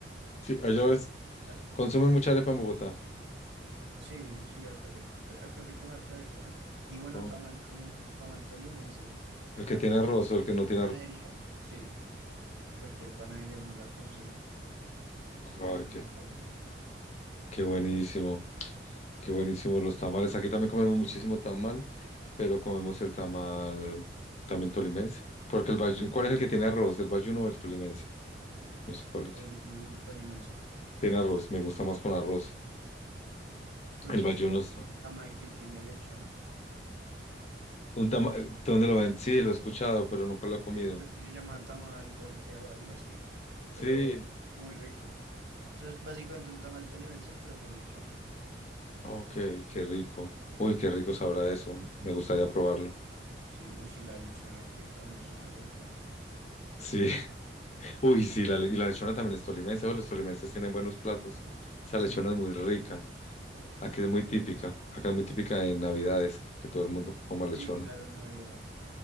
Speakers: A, on the left (about 40°); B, on the right (about 80°).
A: Sí,
B: y
A: allá
B: el chocolate.
A: ves,
B: claro.
A: consumen mucha arepa en Bogotá.
B: Sí, sí, acá se, acá se come harta arepa. Y bueno,
A: Oh.
B: tamal también, tamal tolimense.
A: El que
B: Acá
A: tiene arroz
B: en cualquier
A: o el que no tiene
B: panadería,
A: arroz.
B: sí, en cualquier panadería uno la consigue.
A: Ay,
B: Eso sí,
A: qué,
B: no falla.
A: qué buenísimo. Qué buenísimo los tamales. Aquí también comemos muchísimo tamal, pero comemos el tamal también tolimense. Porque el bayu- ¿cuál es el que tiene arroz? ¿El bayuno o el tolimense? No sé cuál es.
B: El, tolimense.
A: Tiene arroz, me gusta más con arroz.
B: Pero
A: El
B: tú
A: bayuno
B: has probado
A: está.
B: un tamal que tiene lechona.
A: Un tama- ¿Dónde lo ven? Sí, lo he escuchado, pero nunca lo he comido.
B: eh, creo que se llama tamal volteado, algo así, pero
A: Sí,
B: muy rico. O sea, es básicamente un tamal tolimense, pero con lechona.
A: ok, qué rico. Uy, qué rico sabrá eso. Me gustaría probarlo.
B: Sí, uy, sí, la lechona que también es una locura.
A: Sí, <laughs> uy, sí, la, le- y la lechona también es tolimense. Oh, los tolimenses tienen buenos platos. Esa
B: Sí,
A: lechona es muy rica. Aquí es muy típica. Acá es muy típica en Navidades, que todo el mundo coma lechona.
B: sí, claro, en Navidad.